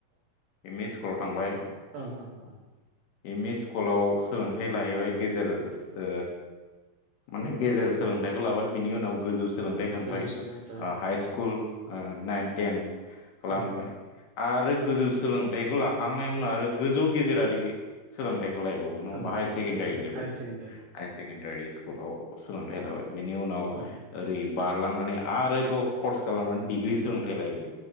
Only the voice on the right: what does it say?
ओं ओं ओं
गोजौ सोलोंथाइ
ओं
ओं
थांबाय
ओं ओं
हायार सेकेण्डारि
औ